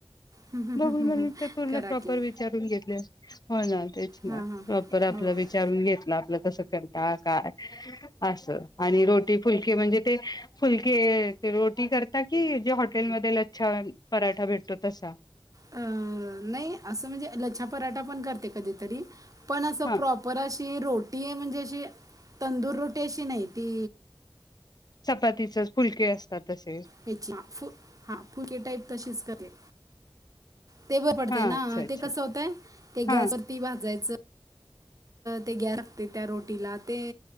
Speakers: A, on the right; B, on the left.
A: हं, हं,
B: बघून
A: हं, हं,
B: म
A: हं.
B: ते पूर्ण
A: करा
B: प्रॉपर
A: की
B: विचारून घेतलेय. हो ना, तेच ना,
A: हां हां
B: प्रॉपर
A: हां
B: आपला
A: होय
B: विचारून घेतला आप ल, कस करता काय, अस आणि रोटी फुलके म्हणजे ते फुलके रोटी करता की, जे हॉटेल मध लच्छा- पराठा भेटतो तसा?
A: नाही असं म्हणजे, लच्छा पराठा पण करते कधीतरी पण असं
B: हा
A: प्रॉप पर अशी रोटी आहे म्हणजे अशी, तंदूर रोटी अशी नाही ती
B: चपातीचेच फुलके असतात. तसेच
A: तेचि फु, ह, हा फुलके टाईप तशीच करते. ते बरं पडते
B: हा
A: ना,
B: अच्छा अच्छा
A: ते कसं होतय, ते
B: हा
A: गॅसवर ती भाजायचं, ते गॅस लागते त्या रोटीला ते